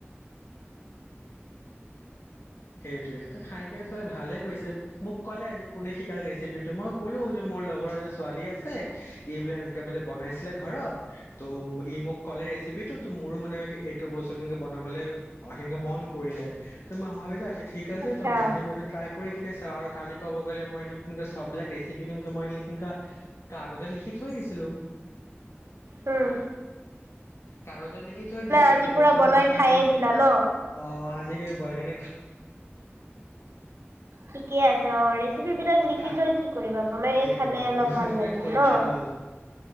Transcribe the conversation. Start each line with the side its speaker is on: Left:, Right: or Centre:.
Left: সেইটোৱে ত' খাই কিনে, চবে ভালে কৈছে। মোক ক'লে যে কোনে শিকালে ৰেচিপিটো? মই ক'লোঁ যে, মোৰ লগৰ এজনী ছোৱালী আছে, এইবিলাক এ তে বোলে বনাইছিলে ঘৰত ত ই মোক কলে ৰেচিপি টো ত মোৰো মানে এইটো বস্তু কিনে বনাবলৈ কেকে মন কৰিলে ত মই ভাব <unintelligible> ঠিক আছে
Right: আচ্ছা
Left: তোম আজি মইতো ট্ৰাই কৰি কিনে আৰু কালি ক'ব গ'লে মই এইটো কিন্তু চব বিলাক ৰেচিপি কিন্তু মই কিখিকা কাগজত লিখি থৈ দিছিলো।
Right: উম।
Left: কাগজত লিখি থৈ দিছিলো
Right: আজি
Left: তো
Right: পুৰা
Left: বস্তুটো
Right: বনাই
Left: মোৰ কাৰণে,
Right: খায়ে দিলা ন
Left: অ আজিকে বনাই কিনে খা
Right: ঠিকে আছে অ', ৰেচিপি বিলাক
Left: খাই
Right: লিখি থৈ কি কৰিব বনাই এই খালে
Left: দিলো
Right: অলপ
Left: আৰু
Right: ভাল
Left: মোৰ
Right: লাগিবি
Left: সহ্য
Right: ন?
Left: নহ'ল